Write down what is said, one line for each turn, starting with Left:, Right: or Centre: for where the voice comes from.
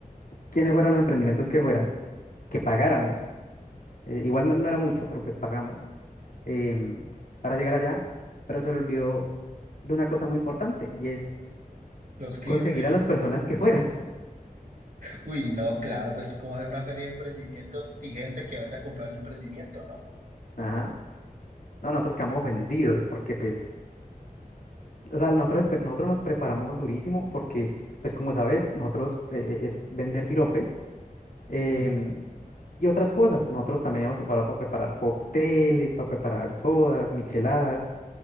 Left: quiénes fueran los emprendimientos que fueran, que pagáramos. eh, igual no, no era mucho, pero pues pagamos em, para llegar allá. Pero se le olvidó de una cosa muy importante y es
Right: los clientes.
Left: conseguir a las personas que fueran.
Right: Uy, no, claro, pues cómo hacer una feria de emprendimientos sin gente que vaya a comprar el emprendimiento, ¿no?
Left: <laughs> Ajá. No, nosotros quedamos ofendidos porque pues, o sea, nosotros, espe- nosotros nos preparamos durísimo porque, pues como sabes, nosotros eh, es vender siropes. em,
Right: Ujú,
Left: y otras cosas. Nosotros también íbamos preparados para preparar cócteles, para preparar sodas, micheladas.